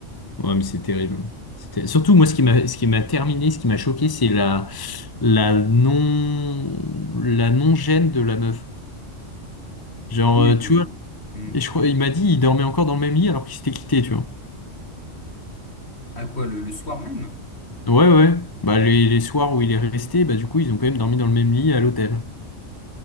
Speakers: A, on the left (about 20°); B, on the left (about 55°).
A: ouais, mais c'est terrible. hein. C'était... Surtout, moi, ce qui m'a ce qui m'a terminé, ce qui m'a choqué, c'est la, la non la non-gêne de la meuf. Genre,
B: Oui.
A: euh, tu
B: euh,
A: vois,
B: hmm.
A: et je crois, il m'a dit, il dormait encore dans le même lit alors qu'il s'était quitté, tu vois.
B: À quoi, le le soir même?
A: Ouais, ouais. Bah, les, les soirs où il est resté, bah, du coup, ils ont quand même dormi dans le même lit à l'hôtel.